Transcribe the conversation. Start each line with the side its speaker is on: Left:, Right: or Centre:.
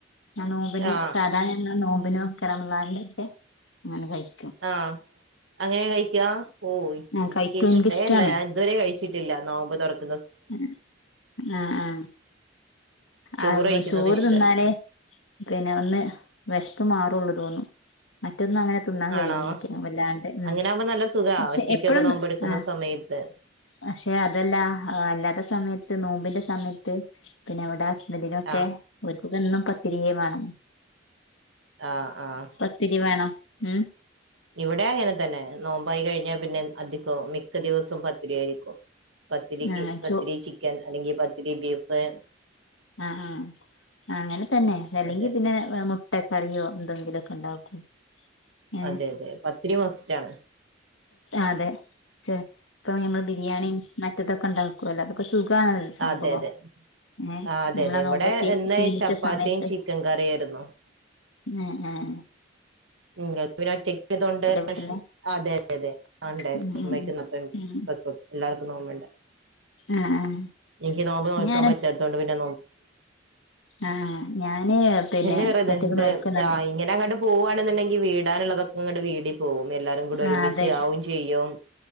Left: ഞാൻ നോബിന്
Right: ആ
Left: സാധാരണ നോമ്പിനും ഒക്കെ റംലാലിന്റെ ഒക്കെ അങ്ങനെ കഴും
Right: ആ അങ്ങനെ കഴിക്ക ഓ എനിക്ക്
Left: ആഹ് കഴിക്കും
Right: ഇഷ്ടല്ല
Left: എനിക്കിഷ്ടാണ്
Right: ഞാൻ ഇതുവരെ കഴിച്ചു ട്ടില്ല നമ്പത് തുറക്ക്
Left: ഉ ആ ആ
Right: ചോറ്
Left: ആ
Right: കഴിക്കുന്നത്
Left: ചോറ്
Right: ഇഷ്ടല്ല
Left: തിന്നാലേ പിന്നെ ഒന്ന് വിഷപ്പ് മാറുള്ളു തോന്നും മറ്റൊന്നും അങ്ങനെ തിന്നാൻ കഴിയ
Right: ആണോ
Left: വല്ലാണ്ട് ഉ
Right: അങ്ങനെ ആകുമ്പോ നല്ല സുഖാ
Left: പക്ഷെ
Right: ഒറ്റക്കൊക്കെ
Left: എപ്പഴൊന്ന്
Right: നോമ്പെടുക്കുന്ന
Left: ആ
Right: സമയത്ത്
Left: പക്ഷെ അതല്ല അല്ലാത്ത സമയത്ത് നോമ്പിന്റെ സമയത്ത് പിന്നെ അവിടെ ഹസ്ബന്ഡിനൊക്കെ
Right: ആഹ്
Left: ഒരുക്കൊക്കെ എന്നും പത്തിരിയേ വേണം
Right: ആഹ് ആഹ്
Left: പത്തിരി വേണം ഉം
Right: ഇവിടെ അങ്ങനെ തന്നെ നോമ്പായി കഴിഞ്ഞാ പിന്നെ അധികോ മിക്ക ദിവസവും പത്തിരി ആയിരിക്കും പത്തിരിക്
Left: ആഹ്
Right: പത്തിരി
Left: ചോ
Right: ചിക്കൻ അല്ലെങ്കിൽ പത്തിരി ബീഫ്
Left: ആ ആ അങ്ങനെ തന്നെ അല്ലെങ്കി
Right: അതെ
Left: പിന്നെ മുട്ടക്കറിയോ എന്തെങ്കിലുമൊക്കെ ഉണ്ടാക്കും ഏഹ്
Right: അതെ അതെ പത്തിരി മസ്റ്റ് ആണ്
Left: അതെ ഇപ്പൊ നമ്മൾ ബിരിയാണിയും മറ്റതൊക്കെ ഉണ്ടാക്കല്ലോ അത സുഖണല്ല സംഭവം
Right: അതെ അതെ
Left: ഏഹ
Right: ആഹ് അതെ
Left: നഞമ്മളാ
Right: അതെ ഇവിടെ
Left: നോക്ക പറ്റി
Right: ഇന്ന്
Left: ക്ഷീണിച്ച
Right: ചപ്പാത്തിയും
Left: സമയത്ത്
Right: ചിക്കൻ കറിയായിരുന്നു
Left: ഉം ഉം
Right: നിങ്ങൾ പിെ ഒറ്റക്ക് ചെയതണ്ട് അതെ
Left: വീട്ടില്
Right: അതെ അതെ ആ ഉണ്ടായിരുന്നു
Left: ഉം
Right: അമ്മക്ക്ത്ത
Left: ഉം ഉം
Right: എല്ലാർക്കും നോമ്പണ്ട
Left: ആഹ് ആഹ്
Right: എനിക്ക് നോമ്പ് നോക്കാൻ
Left: ഞാന്
Right: പറ്റാത്തത കൊണ്ട് പിന്നെ
Left: ആഹ് ഞാന് പിന്നെ
Right: അെ വറ ഇ
Left: ഒറ്റക്ക് നോൽക്കുന്നന്നേ
Right: ഇങ്ങനെങ്ങ പോവാണെന്നുണ്ടെങ്കി വീടാനുള്ളതൊക്കെ ഇങ്ങടെ വീടി പോകും എല്ലാരും കൂടെ ഒരുമിച്ച്
Left: ആഹ് അതെ
Right: ആും ചെയ്യും